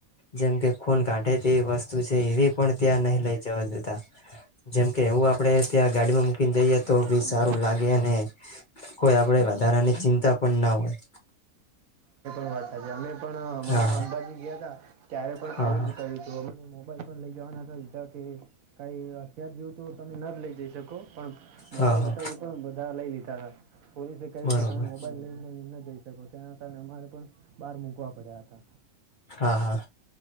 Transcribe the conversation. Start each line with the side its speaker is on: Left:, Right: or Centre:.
Left: જેમ કે ખોન કાઢ તેવી વસ્તુ છે એવી પણ ત્યાં નહી લઈ જવા દેતા. જેમકે એવું આપણે ત્યાં ગાડીમાં મૂકીને જઈએ તો
Right: હા
Left: બી સારું લાગે અને કોઈ આપણે વધારાની ચિંતા પણ ના હોય.
Right: આ છે જે અમે પણ હમણાં
Left: હા
Right: અંબાજી ગયા તા ત્યારે પણ
Left: હા
Right: આવું
Left: હા
Right: જ કર્યું હતું મોબાઈલ લઈ જવાના જ કે કઈ અથ્યાર જેવું તો તમે ન લઈ જઈ શકો પણ મોબાઈલ
Left: હા હા હા
Right: હતા એ પણ બધા લઇ લીધા. સરસ. પોલીસે કહ્યું કે
Left: બરોબર
Right: તમે મોબાઈલ લઈને ન જઈશ. સકોના કારણેરે પણ બહાર મૂકવા પડ્યા હતા.
Left: હા હા